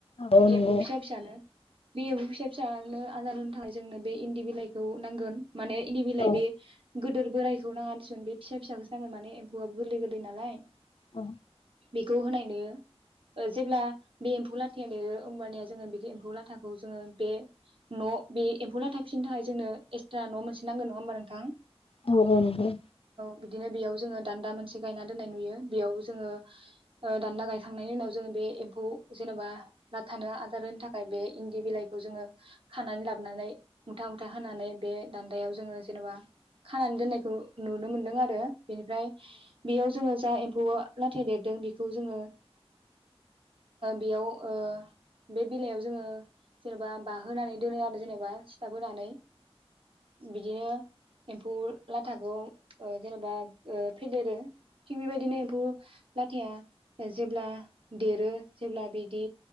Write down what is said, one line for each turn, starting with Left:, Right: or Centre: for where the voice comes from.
Left: औ
Right: बे
Left: नंगौ
Right: एम्फौ फिसा फिसानो बे एम्फौ फिसा फिसानो आदार होनो थाखाय जोंनो बे इन्दि बिलाइखौ नांगोन माने इन्दि बिलाइ
Left: औ
Right: बे गोदोर बोरायखौ नाङा दिसुन बे फिसा फिसाखौ नांगोन माने हौहाब गोरलै गोरलै नालाय
Left: औ
Right: बेखौ होनायनो जेब्ला बे एम्फौला फे देरो होमबानिया जोङो बे एम्फौ लाथाखौ जोङो बे न' बे एम्फौ लाथा फिसिनो थाखाय जोंनो एक्सट्रा न' मोनसे नांगोन नङा होमबा नोंथां
Left: औ औ नोंथां
Right: बिदिनो बेयाव जोङो दान्दा मोनसे गायना दोननाय नुयो बेयाव जोङो दान्दा गाय थांनायनि उनाव जोङो बे एम्फौ जेनेबा लाथानो आदार होनो थाखाय बे इन्दि बिलाइखौ जोङो खानानै लाबोनानै मुथा मुथा होनानै बे दान्दायाव जोङो जेनेबा खानानै दोननायखौ नुनो मोनदों आरो बेनिफ्राय बेयाव जोङो जा एम्फौ लाथाया देरदों बेखौ जोङो बेयाव ओ बे बेलायाव जोङो जेनेबा बाहोनानै दोनो आरो जेनेबा सिथाब होनानै बिदिनो एम्फौ लाथाखौ जेनेबा फेदेरो थिग बेबायदिनो एम्फौ लाथाया जेब्ला देरो जेब्ला बिदि